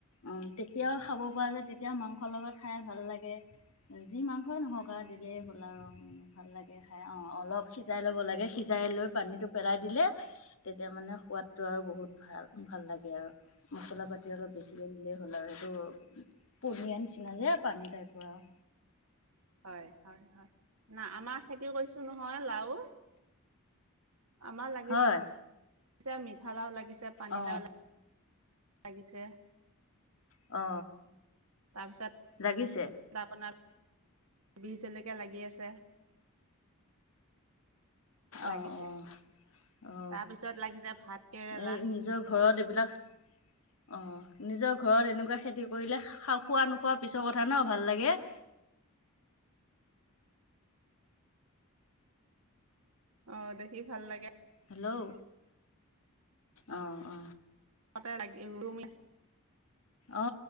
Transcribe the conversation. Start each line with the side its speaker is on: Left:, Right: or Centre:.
Left: উমঁ' তেতিয়াওঁ খাব পৰা যায় তেতিয়া মাংসৰ লগত খাই ভাল লাগে। যি মাংসই নহওঁক
Right: ভাল লাগে
Left: আও দিলেই হ'ল আৰু মানে ভাল লাগে খাই অঁ' অলপ- সিজাই ল'ব লাগে সিজাই লৈ পানীটো পেলাই দিলে- তেতিয়া মানে সোৱাদটো আৰু বহুত ভাল ভাল লাগে আৰু। মছলা পাতি অলপ বেছিকে দিলেই হ'ল আৰু সেইটো পনীয়াৰ নিচিনা যে। পানী টাইপৰ আৰু
Right: হয় হয় হয়। নাই আমাৰ খেতিও কৰিছো নহয় লাউ। আমাৰ লাগিছে
Left: হয়
Right: মিঠালাও লাগিছে, পানীলাও
Left: অ
Right: লা লাগিছে।
Left: অ।
Right: তাৰপিছত -
Left: লাগিছে?
Right: তা আপোনাৰ বিহ জলকীয়া লাগি আছে। লাগিছে
Left: অ অ অ।
Right: তাৰ পিছত লাগিছে ভাত কেৰেলা
Left: এই নিজৰ ঘৰত এইবিলাক - অ। নিজৰ ঘৰত এনেকুৱা খেতি কৰিলে খ খোৱা নোখোৱা পিছৰ কথা ন ভাল লাগে।
Right: অ দেখি ভাল লাগে।
Left: হেল্লো', অ অ।
Right: <unintelligible>
Left: অ।